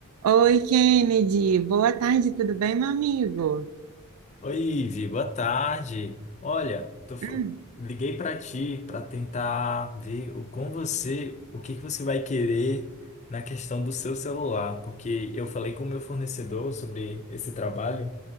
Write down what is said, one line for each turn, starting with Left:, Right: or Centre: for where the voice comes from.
Right: Oi, Kennedy. Boa tarde, tudo bem, meu amigo?
Left: Oi, Ivi, boa tarde. Olha, tô fo-
Right: Hum,
Left: liguei para ti para tentar ver o- com você o que que você vai querer na questão do seu celular, porque eu falei com o meu fornecedor sobre esse trabalho